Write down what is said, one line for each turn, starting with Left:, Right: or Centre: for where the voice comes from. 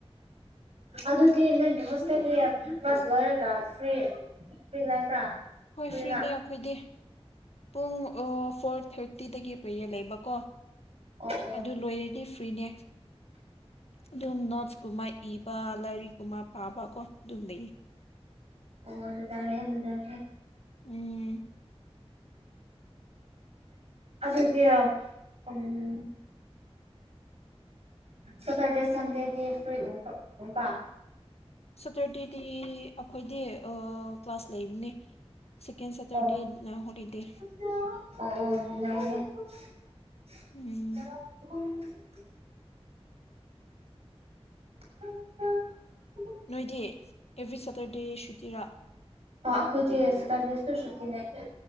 Right: ꯑꯗꯨꯗꯤ ꯅꯪꯒꯤ ꯍꯣꯁꯇꯦꯜꯒꯤ ꯀ꯭ꯂꯥꯁ ꯂꯣꯏꯔꯒ ꯐ꯭ꯔꯤ ꯐ꯭ꯔꯤ ꯂꯩꯕ꯭ꯔꯥ
Left: ꯍꯣꯏ
Right: ꯐ꯭ꯔꯤꯔꯥ
Left: ꯐ꯭ꯔꯤꯅꯦ ꯑꯩꯈꯣꯏꯗꯤ ꯄꯨꯡ ꯑꯣ ꯐꯣꯔ ꯊꯥꯔꯇꯤꯗꯒꯤ ꯄꯔꯦꯌꯥꯔ ꯂꯩꯕꯀꯣ
Right: ꯑꯣ ꯑꯣ
Left: ꯑꯗꯨ ꯂꯣꯏꯔꯅꯤ ꯐ꯭ꯔꯤꯅꯦ ꯑꯗꯨꯝ ꯅꯣꯠꯁꯀꯨꯝꯕ ꯏꯕ ꯂꯥꯏꯔꯤꯛꯀꯨꯝꯕ ꯄꯥꯕ ꯀꯣ ꯑꯗꯨꯝ ꯂꯩꯌꯦ
Right: ꯑꯣ ꯑꯗꯨꯗꯥꯔꯦ ꯑꯗꯨꯅꯨꯡꯗꯥꯔꯦ <inaudible>
Left: ꯎꯝ
Right: ꯑꯗꯨꯗꯤ ꯎꯝ ꯁꯥꯇ꯭ꯔꯗꯦ ꯁꯥꯟꯗꯦꯗꯤ ꯐ꯭ꯔꯤ ꯑꯣꯢꯕ
Left: ꯁꯥꯇ꯭ꯔꯗꯦꯗꯤ ꯑꯩꯈꯣꯏꯗꯤ ꯀ꯭ꯂꯥꯁ ꯂꯩꯕꯅꯦ ꯁꯤꯀꯦꯟ ꯁꯇꯔꯗꯦꯅ
Right: ꯑꯣ
Left: ꯍꯣꯂꯤꯗꯦ
Right: ꯑꯣ ꯂꯦ <inaudible>
Left: ꯎꯝ
Right: ꯎꯝ ꯎꯝ <inaudible>
Left: ꯅꯣꯏꯗꯤ ꯑꯦꯕ꯭ꯔꯤ ꯁꯦꯇꯔꯗꯦ ꯁꯨꯇꯤꯔꯥ
Right: ꯑꯈꯣꯏꯗꯤ ꯁꯇꯥꯔꯗꯁꯨ ꯁꯨꯇꯤ ꯂꯩ